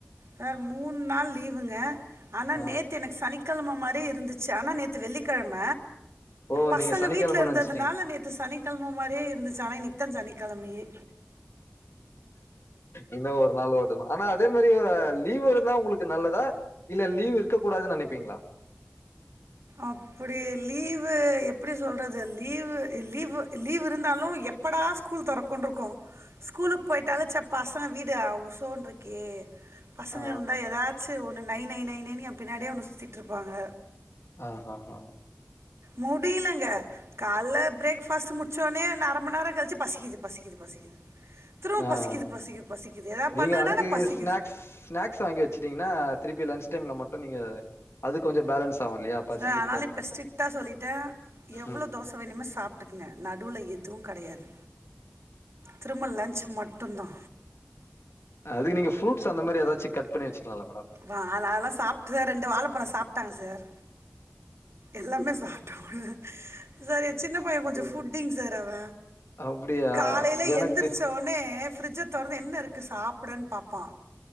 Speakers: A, on the right (about 80°); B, on the left (about 70°).
A: சார் மூணு நாள் லீவுங்க ஆனா
B: ஆ
A: நேத்து எனக்கு சனி கிழம மாரி இருந்துச்சி ஆனா நேத்து வெள்ளிக்கிழம
B: ஓ
A: பசங்க
B: நீங்க சனிக்கிழமன்னு
A: வீட்டுல இருந்ததுனால
B: நெனச்சுட்டீங்க.
A: நேத்து சனிக்கிழம மாரியே இருந்துச்சி ஆனா இன்னக்கி தா சனிக்கிழமயே
B: <inaudible> இன்னு ஒரு நாள் ஓட்டணு ஆனா அதே மாரி லீவு இருந்தா உங்களுக்கு நல்லதா இல்ல லீவ் இருக்க கூடாது நினைப்பீங்களா
A: அப்புடி லீவு எப்பிடி சொல்றது லீவு லீவு லீவ் இருந்தாலு எப் எப்படா ஸ்கூல் தொரக்குண்டு இருக்கு ஸ்கூலுக்கு போயிட்டாலே சப்ப பசங்க வீடு உசோன் இருக்கே பசங்க
B: ஆ
A: இருந்தா ஏதாச்சி ஒன்னு நை நை நை நைனி எ பின்னாடியே ஒன்னு சுத்திட்டு இருப்பாங்க
B: ஆ ஆ ஆ
A: முடியிலங்க கால பிரேக் ஃபாஸ்டு மு டிசோன்னே இன்னு அர மணி நேர கழிச்சி பசிக்குது பசிக்குது பசிக்குது திரும்ப
B: ஆ.
A: பசிக்குது பசிக்குது பசிக்குது ஏதாவது
B: நீங்க
A: பண்ணுங்கடா
B: அதுக்கு
A: பசிக்குது
B: ஸ்நாக்ஸ் ஸ்நாக்ஸ் வாங்கியா வச்சுட்டீங்கன்னா திருப்பி லன்ச் டைம்ல மட்டு நீங்க அது கொஞ்சோ பேலன்ஸ் ஆகு இல்லையா பசிக்கிறத
A: சார் அதனால இப்ப ஸ்டிட்டா சொல்லிட்டே எவ்ளோ
B: ம்
A: தோச வேணுமே சாப் பிடுங்க நடுவுல எதுவு கிடையாது திரும்ப லன்ச் மட்டுதா
B: அதுக்கு நீங்க ஃபுரூட்ஸ் அந்த மாரி ஏதாச்சு கட் பண்ணி வச்சிக்கலால மேடம்
A: அத அதெல்லா சாப்புட்டு தா ரெண்டு வாழப்பழ சாப்புட்டாங்க சார் எல்லாமே சாப்புட்ட கூட சார் எ சின்ன பைய கொஞ்ச ஃபுட்டிங் சார் அவ
B: அப்டியா
A: காலயில
B: எனக்கு
A: எந்திரிச்ச ஓ டனே பிர்ஜ தொடர்ந்து என்ன இருக்கு சாப்டனு பாப்பா